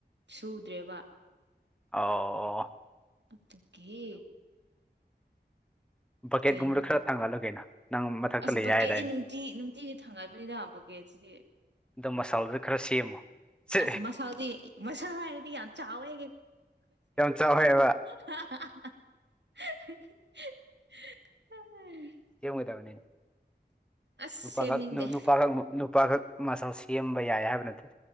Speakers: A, on the right (about 80°); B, in the centre.
A: ꯁꯨꯗ꯭ꯔꯦꯕ
B: ꯑꯣ ꯑꯣ
A: ꯎꯠꯇꯀꯤ
B: ꯕꯛꯀꯦꯠꯀꯨꯝꯕꯗꯣ
A: ꯀꯩꯅꯣ
B: ꯈꯔ ꯊꯥꯡꯒꯠꯂꯨ ꯀꯩꯅꯣ ꯅꯪ ꯃꯊꯛꯇ
A: ꯑꯁ
B: ꯂꯩ
A: ꯕꯛꯀꯦꯠꯗꯤ
B: ꯍꯥꯏꯗꯥꯏꯅꯦ
A: ꯅꯨꯡꯇꯤ ꯅꯨꯡꯇꯤꯒꯤ ꯊꯥꯡꯒꯕꯅꯤꯗ ꯕꯛꯀꯦꯠ ꯁꯤ
B: ꯑꯗꯨꯗꯣ ꯃꯁꯥꯜꯗꯣ ꯈꯔ ꯁꯦꯝꯃꯣ ꯁꯦ
A: ꯑꯁ ꯃꯁꯥꯥꯎꯗ ꯃꯁꯥꯂ ꯍꯥꯏꯗꯤ ꯌꯥꯝ ꯆꯥꯋ ꯍꯥꯏꯒꯦ
B: ꯌꯥꯝ ꯆꯥꯎꯋꯦꯕ
A: <unintelligible> ꯎꯝ
B: ꯁꯦꯝꯒꯗꯕꯅꯤꯅꯦ
A: ꯑꯁ
B: ꯅꯨꯄꯥꯈꯛ
A: ꯁꯦꯝꯅꯤꯡꯗꯦ
B: ꯅꯨꯄꯥꯈꯛ ꯅꯨꯄꯥꯈꯛ ꯃꯥꯁꯁꯤ ꯏꯕ ꯌꯥꯏ ꯍꯥꯏꯕ ꯅꯠꯇ꯭ꯔꯦ